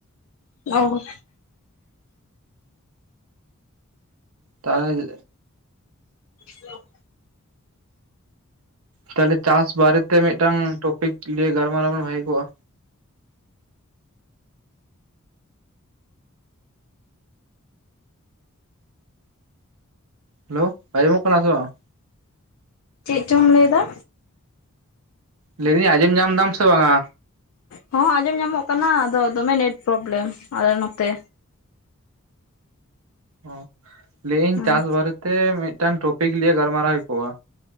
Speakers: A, on the left; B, on the right.
A: ᱚᱻ
B: ᱛᱟᱞᱦᱮ
A: <inaudible>
B: ᱛᱟᱦᱚᱞᱮ ᱪᱟᱥ ᱵᱟᱨᱮᱛᱮ ᱢᱤᱫᱴᱟᱝ ᱴᱚᱯᱤᱠ ᱞᱤᱭ ᱜᱟᱞᱢᱟᱨᱟᱣ ᱵᱷᱟᱹᱜᱤ ᱠᱚᱜᱼᱟ᱾ ᱦᱮᱞᱳ ᱟᱡᱚᱢᱚᱜ ᱠᱟᱱᱟ ᱥᱮ ᱵᱟᱝ?
A: ᱪᱮᱫ ᱪᱚᱢ ᱞᱟᱹᱭ ᱫᱟ?
B: ᱞᱟᱹᱭ ᱫᱟᱧ ᱟᱸᱡᱚᱢ ᱧᱟᱢ ᱫᱟᱢ ᱥᱮ ᱵᱟᱝ ᱟ?
A: ᱦᱚᱸ ᱟᱸᱡᱚᱢ ᱧᱟᱢᱚᱜ ᱠᱟᱱᱟ ᱟᱫᱚ ᱫᱚᱢᱮ ᱱᱮᱴ ᱯᱨᱚᱵᱞᱮᱢ ᱟᱞᱮ ᱱᱚᱛᱮ᱾
B: ᱚ ᱞᱟᱹᱭᱟᱹᱧ
A: ᱦᱮᱸ
B: ᱪᱟᱥ ᱵᱟᱨᱮᱛᱮ ᱢᱤᱫᱴᱟᱝ ᱴᱚᱯᱤᱠ ᱞᱤᱭᱮ ᱜᱟᱞᱢᱟᱨᱟᱣ ᱦᱩᱭ ᱠᱚᱜᱼᱟ᱾